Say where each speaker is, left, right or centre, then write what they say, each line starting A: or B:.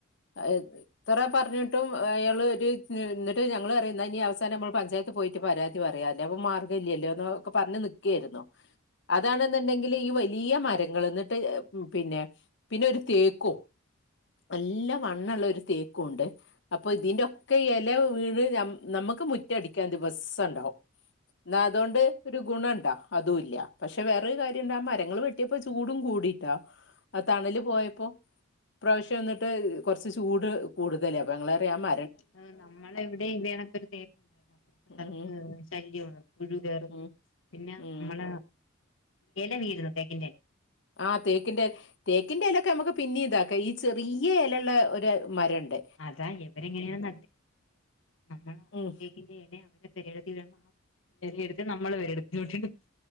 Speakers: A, on the left (about 60°); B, on the left (about 75°).
A: <unintelligible> എത്ര പറഞ്ഞിട്ടും അയാള് ഒരു എന്നിട്ട് ഞങ്ങള് അറിയു ഈ അവസാനം നമ്മള് പഞ്ചായത്ത് പോയി. പരാതി പറയാ അല്ലെ മാർഗ ഇല്ലല്ലോ ഒക്കെ പറഞ്ഞി നിക്കായിരുന്നു അതാന്നെന്നുണ്ടെങ്ക ഈ വല്ല്യ മരങ്ങൾ എന്നിട്ട് പിന്നെ പിന്നെ ഒരു തേക്കും നല്ല മണ്ണള്ള ഒരു തേക്കും ഉണ്ട് അപ്പൊ ഇതിന്റോക്കെ ഇല വീട് നമുക്ക് മുറ്റ ടി ദിവസം ഉണ്ടാവും എന്നാ അതു കൊണ്ട് ഒരു ഗുണംണ്ടാ അതല്ല പക്ഷെ വേറെ രു കാര്യ മരങ്ങൾ വെട്ടിയപ്പോ ചൂടും കൂടിട്ടാ ആ തണൽ പോയപ്പോ ഇ പ്രാവശ്യം ട്ട് ട്ട് കോർച്ച് ചൂട് കൂടുതല പ ഞങ്ങൾ പറയാ ആ മ
B: ആ നമ്മളെവിടെ <unintelligible> തേ
A: ഉം
B: ർക്ക് ശല്യമാണ് പുഴു കയറന്ന്
A: ഉം
B: പിന്നെ
A: ഉം
B: നമ്മള ഇല വീഴരുന്നു തേക്കിന്റെ
A: ആഹ് തേക്കിന്റെ തേക്കിന്റെ ഇലൊക്കെ നമുക്ക് പിന്നെ ഇതാക്കാം ഈ ചെറിയ ഇലയള്ള ഒരു മരംണ്ട്
B: അതാ ഇവരെങ്ങനെയാണ് <unintelligible>
A: ഉം
B: <unintelligible>